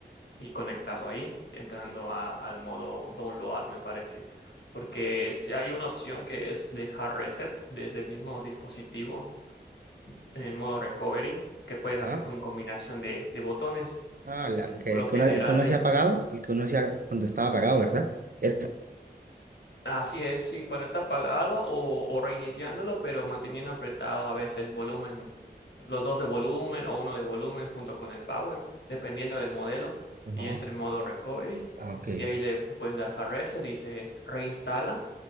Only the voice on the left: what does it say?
y conectarlo ahí, entrando a- al modo download, me parece. Porque si hay una opción que es dejar reset desde el mismo dispositivo en modo recovery, que puedes
hacer con combinación de, de botones.
Por lo
general
es
Así es, sí, cuando está apagado o, o reiniciándolo, pero manteniendo apretado a veces volumen, los dos de volumen o uno de volumen junto con el power, dependiendo del modelo,
y entra en modo recovery,
y ahí le puedes dar hard reset, dice reinstala,